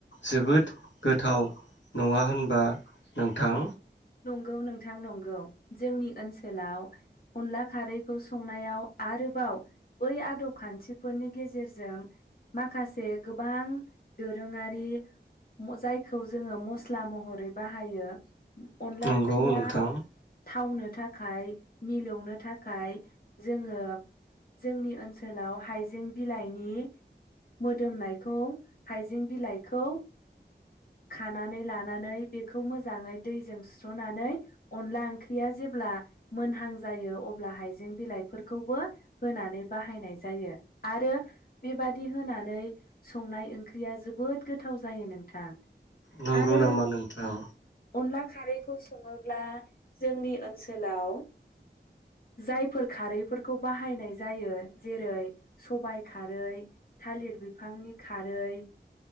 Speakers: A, on the left; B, on the left.
A: जोबोद गोथाव नङा होनबा नोंथां?
B: नंगौ नोंथां नंगौ जोंनि ओनसोलाव अनला खारैखौ संनायाव आरोबाव बै आदब खान्थिफोरनि गेजेरजों माखासे गोबां दोरोङारि जायखौ जोङो मस्ला महरै बाहायो। अनला
A: नंगौ
B: ओंख्रिया
A: नोंथां
B: थावनो थाखाय मिलौनो थाखाय जोङो जोंनि ओनसोलाव हाइजें बिलाइनि मोदोमनायखौ हाइजें बिलाइखौ खानानै लानानै बेखौ मोजाङै दैजों सुस्रनानै अनला ओंख्रिया जेब्ला मोनहां जायो अब्ला हायजें बिलाइफोरखौबो होनानै बाहायनाय जायो आरो बेबादि होनानै संनाय ओंख्रिया जोबोद गोथाव जायो नोंथां।
A: नंगौ
B: आरो
A: नामा नोंथां।
B: अनला खारैखौ सङो ब्ला जोंनि ओनसोलाव जायफोर खारैफोरखौ बाहायनाय जायो जेरै सबायाइ खारै थालिर बिफांनि खारै